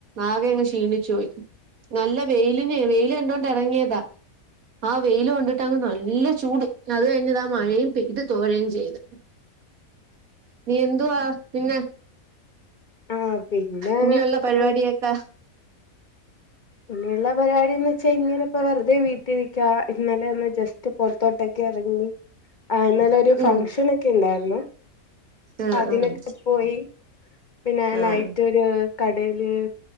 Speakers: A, on the right; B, on the left.
A: ആകെ അങ്ങ് ക്ഷീണിച്ചു പോയി. നല്ല വെയിലിന് വെയിൽ കണ്ടോണ്ട് ഇറങ്ങിയതാ ആ വെയിൽ കൊണ്ടിട്ട് അങ്ങ് നല്ല ചൂട്. അത് കഴിഞ്ഞു ദാ മഴയും പെയ്ത്, തോരയും ചെയ്ത്. നീ എന്തുവാ പിന്നെ
B: ആഹ് പിന്നെ
A: ഇനിയുള്ള പരിപാടിയൊക്കെ
B: ഇനിയുള്ള പരിപാടിന്ന് വെച്ചാ ഇങ്ങനെ ഇപ്പോ വെറുതെ വീട്ടിരിക്കാ ഇന്നലെ ഒന്ന് ജസ്റ്റ് പൊറത്തോട്ടൊക്കെ ഇറങ്ങി ആഹ് ഇന്നലെ ഒരു
A: ഉം
B: ഫംഗ്ഷൻ ഒക്കെ ഉണ്ടായിരുന്നു എന്നാ
A: ആഹ്
B: അതിനൊക്കെ
A: ആഹ്
B: പോയി പിന്നെ
A: ആഹ്
B: നൈറ്റ് ഒരു കടയില്